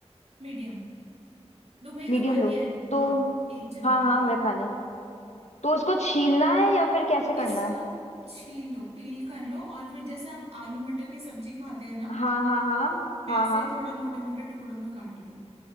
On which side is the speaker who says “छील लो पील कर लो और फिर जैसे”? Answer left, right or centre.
Right